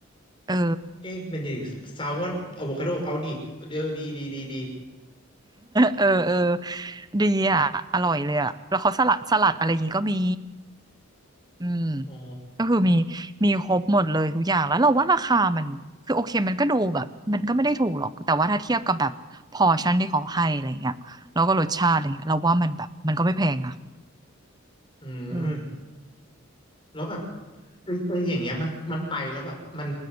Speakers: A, on the right (about 20°); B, on the left (about 25°).
A: เออ
B: เอ๊ะเบนเดดิกต์ซาวน์อะโวคาโดเอาดิเออดีดีดีดี
A: เออเออดีอ่ะอร่อยเลยอ่ะแล้วเขาสลัดสลัดอะไรอย่างงี้ก็มีอืม
B: อ๋อ
A: ก็คือมีมีครบหมดเลยทุกอย่างแล้วเราว่าราคามันคือโอเคมันก็ดูแบบมันก็ไม่ได้ถูกหรอกแต่ว่าถ้าเทียบกับแบบพอร์ชั่นที่เขาให้อะไรเงี้ยแล้วก็รสชาติอะไรเงี้ยเราว่ามันแบบมันก็ไม่แพงนะ
B: อืม
A: เออ
B: แล้วแบบเออเอออย่างเงี้ยมันมันไปแล้วแบบมัน